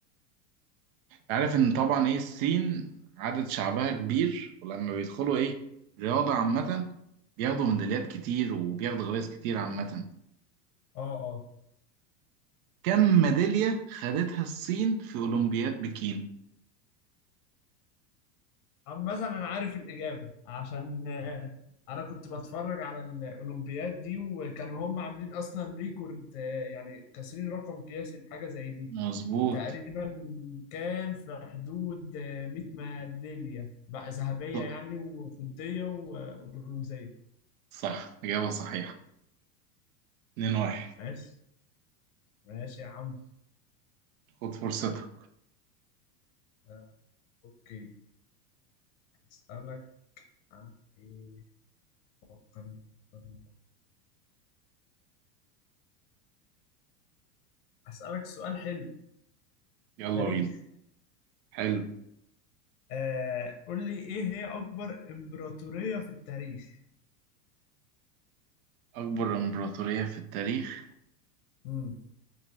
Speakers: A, on the right; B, on the left.
A: عارف ان طبعا ايه الصين عدد شعبها كبير ولما بيدخلوا ايه رياضة عامة بياخدوا ميداليات كتير وبياخدوا جوائز كتير عامة
B: اه اه
A: كم ميدالية خدتها الصين في أولمبياد بكين؟
B: عامة أنا عارف الإجابة عشان آه، أنا كنت بتفرج على الأولمبياد دي وكانوا هم عاملين أصلا ريكورد آه، يعني كاسرين رقم قياسي بحاجة زي دي
A: مظبوط
B: تقريبا كان في حدود آه، 100 ميدالية بقى ذهبية
A: صح
B: يعني وفضية و- وبرونزية
A: صح، إجابة صحيحة 2 واحد
B: ماشي ماشي يا عم
A: خد فرصتك
B: آه، أوكي أسألك عن إيه فكرني فكرني فكرني. أسألك سؤال حلو
A: يلا
B: تاريخ
A: بينا حلو
B: آه قول لي ايه هي اكبر امبراطورية في التاريخ
A: أكبر إمبراطورية في التاريخ
B: امم